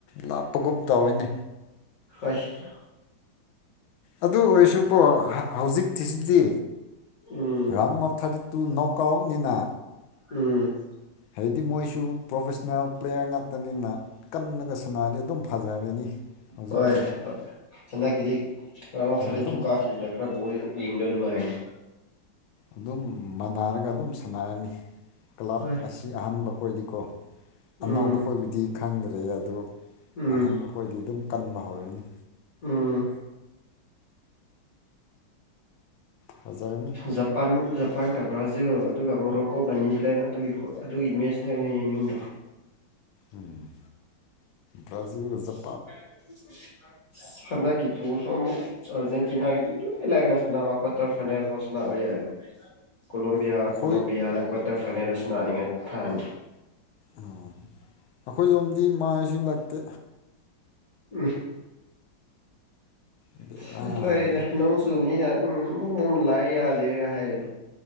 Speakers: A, on the left; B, on the left.
A: ꯂꯥꯞꯄꯒꯨꯞ ꯇꯧꯏꯅꯦ
B: ꯍꯣꯏꯁ
A: ꯑꯗꯨ ꯑꯣꯏꯔꯁꯨꯀꯣ ꯍꯧꯖꯤꯛꯇꯤꯁꯤꯗꯤ
B: ꯎꯝ
A: ꯔꯪ ꯑꯣꯐ ꯊꯥꯔꯇꯤ ꯇꯨ ꯅꯣ ꯀꯥꯎꯅꯤꯅꯥ
B: ꯎꯝ
A: ꯍꯥꯏꯕꯗꯤ ꯃꯣꯏꯁꯨ ꯄ꯭ꯔꯣꯐꯦꯁꯟꯅꯜ ꯄ꯭ꯂꯦꯌꯔ ꯉꯥꯛꯇꯅꯤꯅ ꯀꯟꯅꯒ ꯁꯅꯥꯔꯗꯤ ꯑꯗꯨꯝ ꯐꯖꯔꯅꯤ ꯍꯧꯖꯤꯛꯀꯤꯗꯤ
B: ꯍꯣꯏ ꯍꯣꯏ ꯍꯟꯗꯛꯀꯤꯗꯤ ꯔꯥꯎꯟ ꯑꫭꯞ
A: ꯍꯣꯏ
B: ꯊꯔꯤꯇꯤ
A: ꯑꯗꯨꯝ
B: ꯇꯨ ꯀꯁꯤꯅꯤ ꯍꯥꯏꯅꯤ
A: ꯑꯗꯨꯝ ꯃꯥꯟꯅꯥꯔꯒ ꯑꯗꯨꯝ ꯁꯥꯟꯅꯔꯅꯤ ꯀ꯭ꯂꯕ
B: ꯍꯣꯏ
A: ꯑꯁꯤ ꯑꯍꯥꯟꯕ ꯈꯣꯏꯗꯤꯀꯣ
B: ꯎꯝ
A: ꯑꯅꯧꯕ ꯈꯣꯏꯕꯨꯗꯤ ꯈꯪꯗ꯭ꯔꯦ ꯑꯗꯣ
B: ꯎꯝ
A: ꯑꯍꯥꯟꯕ ꯈꯣꯏꯗꯤ ꯑꯗꯨꯝ ꯀꯟꯕ ꯍꯧꯔꯕꯅꯤ
B: ꯎꯝ
A: ꯐꯖꯔꯅꯤ
B: ꯖꯄꯥꯟ ꯖꯄꯥꯟ ꯀꯥ ꯕꯔꯥꯖꯤꯜ ꯑꯗꯨꯒ ꯃꯣꯔꯣꯛꯀꯣꯒ ꯅꯤꯌꯗꯔꯂꯦꯟ ꯑꯗꯨꯒꯤ ꯑꯗꯨꯒꯤ ꯃꯦꯠꯁꯅꯦ ꯑꯩꯅ ꯌꯦꯡꯅꯤꯡꯗꯣ
A: ꯎꯝ ꯕꯔꯥꯖꯤꯜꯒ ꯖꯞ
B: <unintelligible> ꯍꯟꯗꯛꯀꯤ ꯕꫭꯜꯁꯨ ꯑꯃꯨꯛ ꯑꯥꯔꯖꯦꯟꯇꯤꯅꯥꯒꯤꯗꯤ ꯏꯂꯥꯏ ꯂꯥꯏꯅ ꯁꯥꯅꯕ ꯀ꯭ꯋꯥꯇꯔ ꯐꯥꯏꯅꯦꯜ ꯐꯥꯎ ꯁꯥꯟꯅꯕ ꯌꯥꯏꯔ‌ꯦ ꯀꯣꯂꯣꯕꯤꯌꯥ
A: ꯑꯩꯈꯣꯏ
B: ꯀꯣꯂꯣꯝꯕꯤꯌꯥꯗ ꯀ꯭ꯋꯥꯇꯔ ꯐꯥꯏꯅꯦꯜ ꯑꯁꯤ ꯂꯅꯥꯅꯤꯡꯉꯥꯏ ꯊꯥꯡꯃꯤ
A: ꯑꯣ ꯑꯩꯈꯣꯏ ꯂꯣꯝꯗꯤ ꯃꯥꯏꯁꯨ ꯂꯛꯇꯦ
B: ꯎꯝ
A: ꯕꯦꯔꯥꯅꯤ
B: ꯁꯤ ꯂꯣꯏꯔꯗ ꯅꯣꯡ ꯆꯨꯕꯅꯤꯅ ꯎꯝ ꯎꯝ ꯂꯥꯏ ꯌꯥꯗꯦꯕ ꯍꯥꯏꯔꯅꯤ